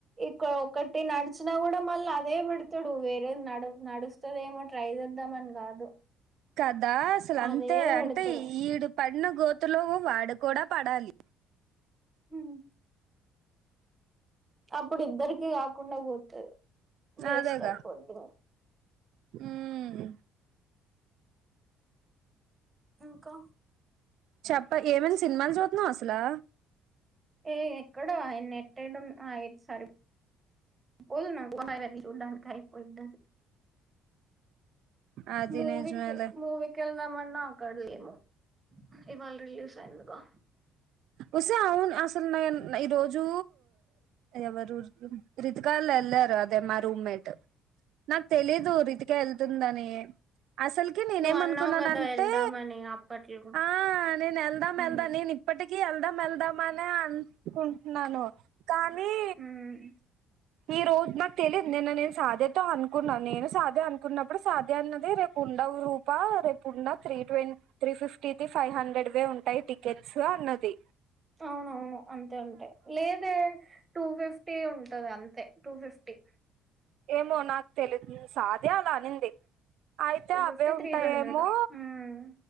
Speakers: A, on the right (about 20°); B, on the right (about 70°).
A: ఇక్కడ ఒకటి నడిచినా కూడా మళ్ళీ అదే పెడతడు వేరే నడు నడు నాడు స్తదేమో ట్రై చేద్దామని కాదు
B: కదా అసలు అంతే
A: అదే పెడతారు
B: అంటే ఈడు పడిన గోతులో వాడు కూడా పడాలి
A: ఉమ్ అప్పుడు ఇద్దరికి కాకుండా పోతది వేస్ట్
B: అదేగా
A: అయిపోతది
B: ఉమ్
A: ఇంకా
B: చెప్ప ఏమైనా సినిమాలు చూతున్నవ అసలా
A: ఏ ఎక్కడ ఆయ నెట్టెడు అయిన సరి వుదన్నాకోఆయన చూడ్డానికీ ఆయన అయిపోతది
B: అది
A: మూవికి
B: నిజమేలే
A: మూవి కెళ్దామన్నా అక్కడలేము ఇవాళ రిలీజ్ అయిందిగా
B: ఒసె అవ్ను అసలు నేను ఈ రోజు ఎవరు రితికాలులేలరు అదే మా రూమ్మేట్ నాకు తెలీదు రీతిక ఏళ్తుందని అసలు క నేనేమనుకున్నానంటే
A: నువ్వు అన్నావు కదా వెళ్దామని అప్పట్లో
B: ఆ నేను ఏళ్దాం
A: ఉమ్
B: ఏళ్దాం నేను ఇప్పటికి ఎళ్దాం ఎళ్దాం అని అనుకుంటున్నాను కానీ
A: ఉమ్
B: ఈ రోజు మకు తెలిదు నిన్న నేను సాధేతో అనుకున్నాను నేను సాధ్యా అనుకున్నప్పుడు సాధ్యా అన్నది రేపు ఉండవు తప్ప రేపు ఉన్న త్రీట్వెం త్రీ ఫిఫ్టీది ఫైవ్ హండ్రెడ్ వే ఉంటాయి టికెట్స్ అన్న తే
A: అవ్నవ్ను అంతే అంతే లేదే టూ ఫిఫ్టీ ఉంటది అంతే టూ ఫిఫ్టీ
B: ఏమో నాకు తెలిదు సాధ్యా అలా అనింది అయితే
A: టూ
B: అవే
A: ఫిఫ్టీ త్రీ
B: ఉంటాయేమో
A: హండ్రెడ్ ఉమ్